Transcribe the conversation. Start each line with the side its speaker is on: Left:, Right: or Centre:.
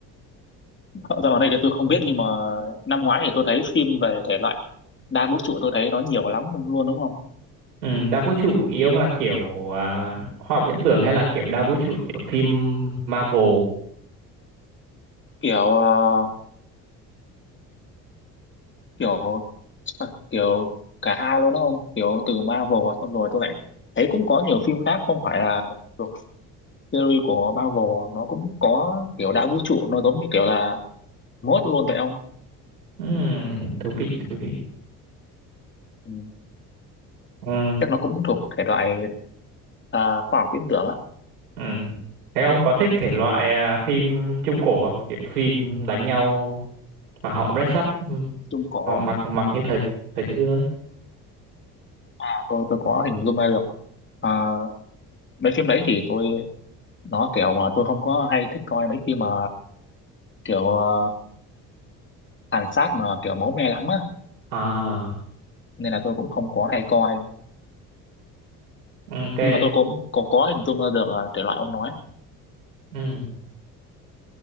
Left: ờ, dạo gần đây thì tôi không biết nhưng mà năm ngoái thì tôi thấy phim về thể loại đa vũ trụ tôi thấy nó nhiều lắm luôn đúng không
Right: Ừ, đa vũ trụ ý ông là kiểu à, khoa học viễn tưởng hay là kiểu đa vũ trụ kiểu phim Marvel.
Left: kiểu ờ, kiểu ờ, kiểu cả hai luôn đúng không kiểu từ Marvel xong rồi tôi lại thấy cũng có nhiều phim khác không phải là thuộc series của Marvel nó cũng có kiểu đa vũ trụ nó giống như kiểu là mốt luôn vậy không
Right: Ừ, thú vị, thú vị.
Left: ừ.
Right: Ừ,
Left: chắc nó cũng thuộc thể loại ờ, khoa học viễn tưởng á
Right: Ừ. Thế ông có thích thể loại à, phim trung cổ không? Kiểu phim đánh nhau mà họ dress up, ừ,
Left: chung cổ
Right: họ mặc mặc như thời thời xưa ấy.
Left: à, tôi tôi có hình dung ra được À, mấy phim đấy thì tôi nó kiểu mà tôi không có hay thích coi mấy phim mà kiểu uh, tàn sát mà kiểu máu me lắm á
Right: À,
Left: nên là tôi cũng không có hay coi
Right: ok,
Left: nhưng mà tôi cũng có có hình dung ra được ờ, thể loại ông nói
Right: ừ,